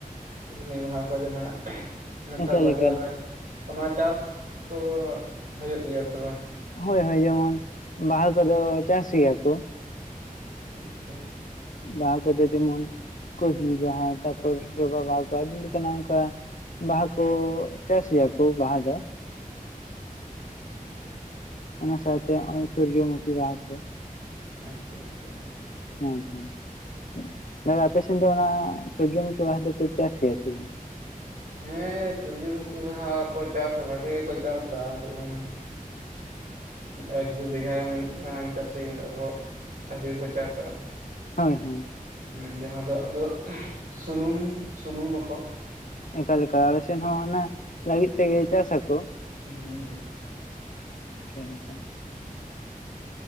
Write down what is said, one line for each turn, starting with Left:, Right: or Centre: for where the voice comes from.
Right: ᱠᱩᱥᱱᱤ ᱵᱟᱦᱟ ᱠᱚ ᱡᱟᱦᱟᱸ ᱱᱮᱛᱟᱨ
Left: ᱮᱠᱟᱞ
Right: ᱵᱟᱡᱟᱨ
Left: ᱮᱠᱟᱞ
Right: ᱨᱮ ᱚᱱᱟ ᱪᱟᱥ ᱠᱚ ᱦᱳᱭᱳᱜ ᱜᱮᱭᱟ ᱥᱮ ᱵᱟᱝ
Left: ᱦᱳᱭ ᱦᱳᱭ ᱡᱮᱢᱚᱱ ᱵᱟᱦᱟ ᱠᱚᱫᱚ ᱪᱟᱥ ᱜᱮᱭᱟ ᱠᱚ
Right: ᱟᱪᱪᱷᱟ ᱟᱪᱪᱷᱟ
Left: ᱵᱟᱦᱟ ᱠᱚᱫᱚ ᱡᱮᱢᱚᱱ ᱠᱩᱥᱵᱤ ᱵᱟᱦᱟ ᱛᱟ ᱡᱚᱵᱟ ᱵᱟᱦᱟ ᱠᱚ ᱟᱹᱰᱤ ᱞᱮᱠᱟᱱᱟᱜ ᱚᱱᱠᱟ ᱵᱟᱦᱟ ᱠᱚ ᱪᱟᱥ ᱜᱮᱭᱟ ᱠᱚ ᱵᱟᱦᱟ ᱫᱚ ᱚᱱᱟ ᱥᱟᱶᱛᱮ
Right: ᱟᱪᱪᱷᱟ ᱟᱪᱪᱷᱟ
Left: ᱱᱚᱜᱚᱭ ᱥᱩᱨᱡᱚᱢᱩᱠᱷᱤ ᱵᱟᱦᱟ ᱠᱚ
Right: ᱟᱪᱪᱷᱟ ᱟᱪᱪᱷᱟ
Left: ᱦᱳᱭ ᱦᱳᱭ ᱫᱟᱫᱟ ᱟᱯᱮ ᱥᱮᱱ ᱫᱚ ᱚᱱᱟ ᱥᱩᱨᱡᱚᱢᱩᱠᱷᱤ ᱵᱟᱦᱟ ᱫᱚᱠᱚ ᱪᱟᱥ ᱜᱮᱭᱟ ᱥᱮ ᱵᱟᱝ
Right: ᱦᱮᱸ ᱥᱩᱨᱡᱚᱢᱩᱠᱷᱤ ᱵᱟᱦᱟ ᱠᱚ ᱪᱟᱥᱟ ᱵᱷᱟᱜᱮ ᱜᱮᱠᱚ ᱪᱟᱥᱟ ᱡᱮᱢᱚᱱ ᱮᱠ ᱫᱩ ᱵᱤᱜᱷᱟ ᱢᱤᱫᱟᱝ ᱪᱟᱹᱥᱤ <unintelligible> ᱚᱱᱠ ᱠᱚ ᱵᱷᱟᱜᱮ ᱜᱮᱠᱚ ᱪᱟᱥᱟ
Left: ᱦᱳᱭ ᱦᱳᱭ
Right: ᱦᱩᱸ ᱡᱟᱦᱟᱸ ᱫᱚ ᱟᱫᱚ ᱥᱩᱱᱩᱢ ᱥᱩᱱᱩᱢᱟᱠᱚ
Left: ᱚᱱᱠᱟᱞᱮᱠᱟ ᱟᱞᱮ ᱥᱮᱱ ᱦᱚᱸ ᱚᱱᱟ ᱞᱟᱹᱜᱤᱫ ᱛᱮᱜᱮ ᱪᱟᱥᱟᱠᱚ
Right: ᱦᱩᱸ
Left: <inaudible>